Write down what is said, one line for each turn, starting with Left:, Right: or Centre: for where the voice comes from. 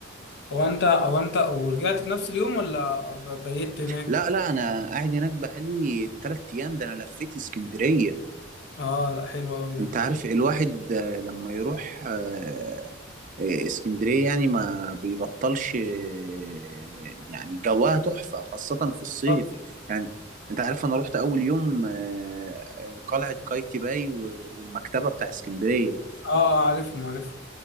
Left: هو انت هو انت ورجعت في نفس اليوم ولا ب- بيت هناك
Right: لا لا انا قاعد هناك بقالي تلات ايام ده انا لفيت اسكندرية
Left: اه لا حلو قوي
Right: انت
Left: ده
Right: عارف الواحد آه، لما يروح آه، آه، اسكندرية يعني ما بيبطلش آه، يعني جواها تحفة خاصة في الصيف
Left: طب
Right: يعني انت عارف انا رحت اول يوم آه، آه، قلعة قايتباي و- والمكتبة بتاع اسكندرية
Left: اه آه، عارفهم عارفهم